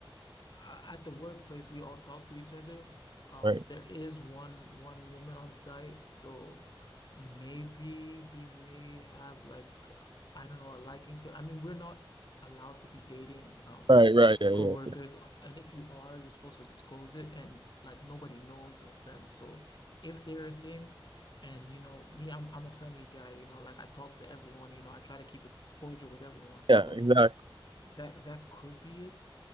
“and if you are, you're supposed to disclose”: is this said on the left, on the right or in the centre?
Left